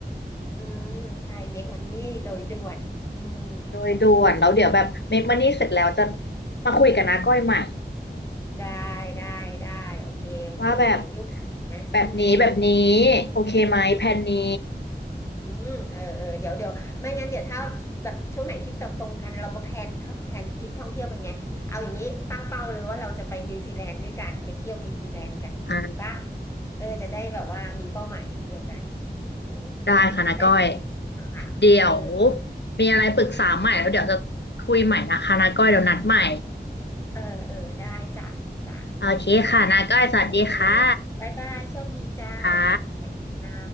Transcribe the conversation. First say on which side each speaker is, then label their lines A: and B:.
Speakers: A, on the left; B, on the left.
A: อืมใช่เมคมันนี่โดยด่วนอืม
B: โดยด่วนแล้วเดี๋ยวแบบเมคมันนี่เสร็จแล้วจะมาคุยกับน้าก้อยใหม่
A: ได้ได้ได้โอเคโอเคยุคนะอืมอืม
B: ว่าแบบแบบนี้แบบนี้โอเคไหมแผนนี้
A: อืมอืมอืมเออเออเดี๋ยวเดี๋ยวไม่งั้นเดี๋ยวถ้าแบบช่วงไหนที่ตอบตรงกันเรามาแพลนแพลนทริปท่องเที่ยวกันไงเอาอย่างนี้ตั้งเป้าเลยว่าเราจะไปนิวซีแลนด์ด้วยกันไปเที่ยวนิวซีแลนด์กันดีป่ะ
B: อ่า
A: เออจะได้แบบว่ามีเป้าหมายเดียวกัน <laughs>
B: ได้ค่ะนาก้อย
A: ได้ <laughs> ขังเออ
B: เดี๋ยวมีอะไรปรึกษาใหม่แล้วเดี๋ยวจะคุยใหม่นะคะนาก้อยเดี๋ยวนัดใหม่
A: อืม เออเออได้จ้ะจ้ะ
B: โอเคค่ะนาก้อยสวัสดีค่ะ
A: โอเคโอเคบ๊ายบายโชคดีจ้า
B: ค่ะ
A: สวัสดีจ้า